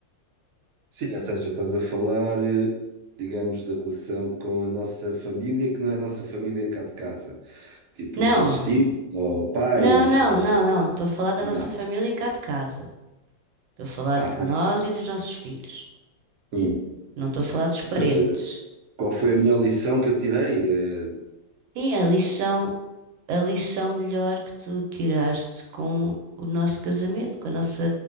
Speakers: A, on the right (about 70°); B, on the right (about 85°).
A: Sim, ou seja, estás a falar, eh, digamos, da relação com a nossa família, que não é a nossa família cá de casa. Tipo,
B: Não,
A: os nossos tios, ou pais,
B: não, não,
A: ou...
B: não, não. Estou a falar da
A: Não.
B: nossa família cá de casa. Estou a falar
A: Aham.
B: de nós e dos nossos filhos.
A: Hum.
B: Não estou a falar dos parentes.
A: Ou seja, qual foi a melhor lição que eu tirei? Eh,
B: E a lição, a lição melhor que tu tiraste com o nosso casamento, com a nossa